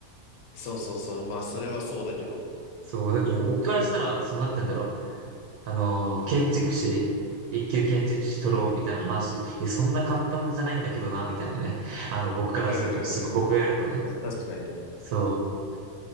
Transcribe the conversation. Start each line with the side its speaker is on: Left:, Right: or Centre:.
Left: そうそうそう。まあ、それはそうだけど。
Right: そう、だから僕からしたら、その、なんて言うんだろう。あのー建築士一級建築士取ろうみたいな話、
Left: うん。
Right: いや、そんな簡単じゃないんだけどな、みたいなね。あの、僕からすると、
Left: うんうんうん。
Right: すごい、僕がやるとね。
Left: まあ、確かにね。
Right: そう。